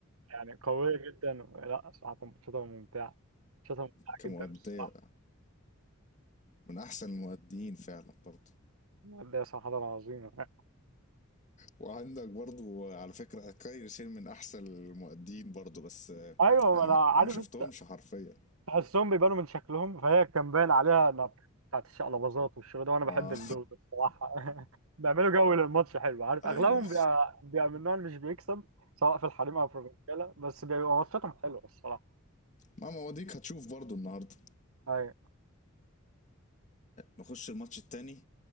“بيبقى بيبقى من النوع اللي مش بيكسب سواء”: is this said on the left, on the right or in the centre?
Right